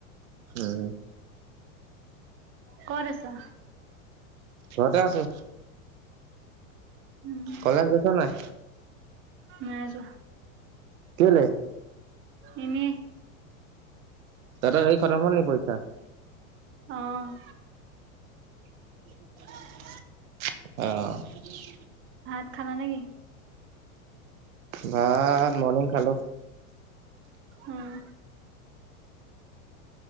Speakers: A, on the right (about 75°); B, on the right (about 30°).
A: উম
B: কতআছা?
A: ঘতে আছো?
B: উম
A: কলেজ গৈছ নাই?
B: নাই যোৱা?
A: কেলে।
B: ইনেই।
A: তাৰ সেই খৰত হল নি পইচা।
B: অহ
A: অই অহ
B: ভাত খালা নেকি
A: ভাত মৰ্ণিং খালো
B: উম